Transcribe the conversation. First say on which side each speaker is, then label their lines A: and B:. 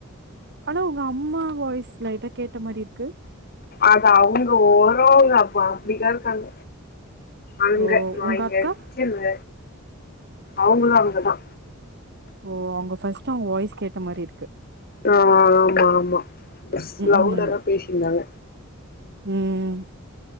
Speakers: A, on the right (about 55°); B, on the left (about 45°).
A: ஆனா உங்க அம்மா வாய்ஸ் லைட்டா கேட்ட மாரி இருக்கு
B: அதா அவுங்க ஓரோ அப்போ அப்டிக்கா இருக்காங்க அங்க
A: ஓ
B: நா
A: உங்க
B: இங்க
A: அக்கா
B: கிச்சன்ல அவுங்களு அங்கதா
A: ஓ அவுங்க ஃபர்ஸ்ட் அவுங்க வாய்ஸ் கேட்ட மாரி இருக்கு
B: ஆ ஆமா ஆமா
A: ம்
B: லவ்ட்டரா
A: ம்
B: பேசிருந்தாங்க
A: ம்